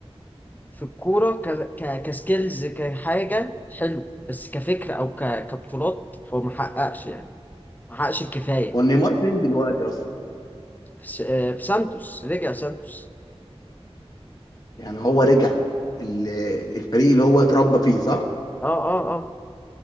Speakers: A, on the left (about 15°); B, on the left (about 35°).
A: في الكوره ك... ك... كسكيلز كحاجه حلو بس كفكره او ك... كبطولات هو ما حققش يعني ما حققش الكفايه
B: ونيمار فين دلوقتي اصلا
A: في, س... آه، في سانتوس رجع سانتوس
B: يعني هو رجع ال- الفريق اللي هو اتربى فيه صح
A: اه اه اه